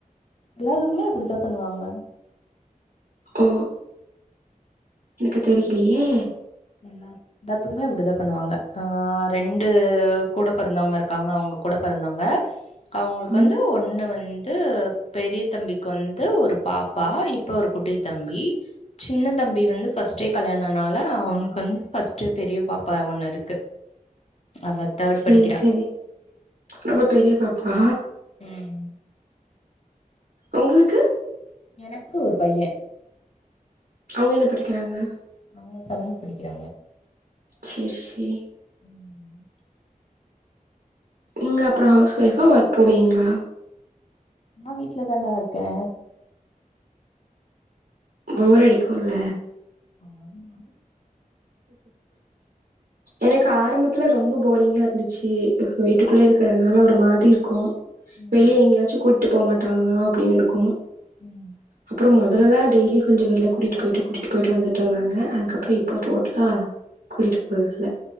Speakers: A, on the left (about 45°); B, on the right (about 80°).
A: எல்லாதுக்குமே அப்டித்தா பண்ணுவாங்க
B: ஓ எனக்கு தெரியிலயே
A: எல்லார் எல்லாத்துக்குமே அப்டிதா பண்ணுவாங்க ஆ ரெண்டு கூட பெறந்தவங்க இருக்காங்க அவங்க கூட பெறந்தவங்க அவுங்களுக்கு
B: ம்
A: வந்து ஒண்ணு வந்து பெரிய தம்பிக்கு வந்து ஒரு பாப்பா இப்ப ஒரு குட்டி தம்பி சின்ன தம்பி வந்து ஃபஸ்ட்டே கல்யாணனால க்கு வந் ஃபஸ்ட்டு பெரிய பாப்பா ஒண்ணு இருக்கு அவ தேர்ட்
B: சேரி
A: படிக்கிறா
B: சேரி ரொம்ப பெரிய பாப்பா
A: ம்
B: ஒங்களுக்கு
A: எனக்கு ஒரு பைய
B: அவங்க என்ன படிக்கிறாங்க
A: அவங்க செவந் படிக்கிறாங்க
B: சேர் சேரி
A: ம்
B: நீங்க அப்ரோ ஹவுஸ் ஒய்ஃபா ஒர்க் போவீங்ளா
A: நா வீட்லதான்டா இருக்கே
B: போர் அடிக்குள்ள
A: ஆமா
B: எனக்கு ஆரம்பத்ல ரொம்ப போரிங்கா இருந்துச்சு வீட்டுக்குள்ளயே இருக்றதுனால ஒரு மாதிரி இருக்கு
A: ம்
B: வெளியே எங்கயாச்சு கூட்டு போ மாட்டாங்ளா அப்டின்னு இருக்கு
A: ம்
B: அப்ரோ மொதலல்ல டெய்லி கொஞ்சோ வெள்ல கூட்டிட்டு பொய்ட்டு கூட்டிட்டு பொய்ட்டு வந்துட்ருந்தாங்க அது அப்புரோ இப்போ டோட் டலா கூட்டிட்டு போறதில்ல